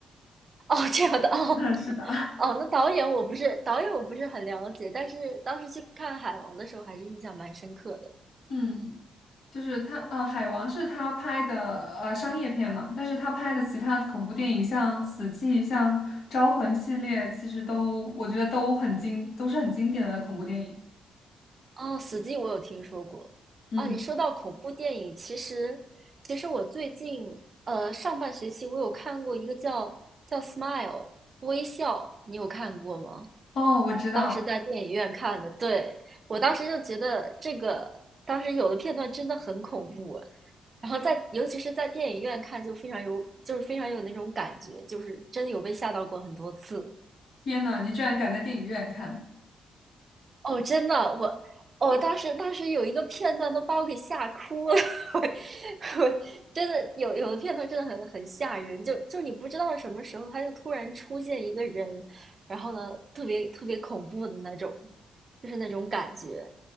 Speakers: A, on the right (about 40°); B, on the left (about 70°).
A: 哦，这样的哦
B: <laughs> 嗯，是的，
A: 哦，那导演我不是导演我不是很了解，但是当时去看《海王》的时候还是印象蛮深刻的。
B: <laughs> 嗯。就是他，呃，海王是他拍的呃商业片嘛，但是他拍的其他的恐怖电影，像《死寂》、像《招魂》系列，其实都我觉得都很经，都是很经典的恐怖电影。
A: 哦，《死寂》我有听说过。
B: 嗯，
A: 哦，你说到恐怖电影，其实其实我最近呃上半学期我有看过一个叫叫《Smile》微笑，你有看过吗？
B: 哦，我知道，
A: 当时在电影院看的，对，我当时就觉得这个，当时有的片段真的很恐怖，然后在尤其是在电影院看就非常有，就是非常有那种感觉，就是真的有被吓到过很多次。
B: 天呐，你居然敢在电影院看，
A: 哦，真的，我，哦，当时当时有一个片段都把我给吓哭了，<laughs> 我我真的有有的片段真的很很吓人，就就你不知道什么时候他就突然出现一个人，然后呢，特别特别恐怖的那种，就是那种感觉。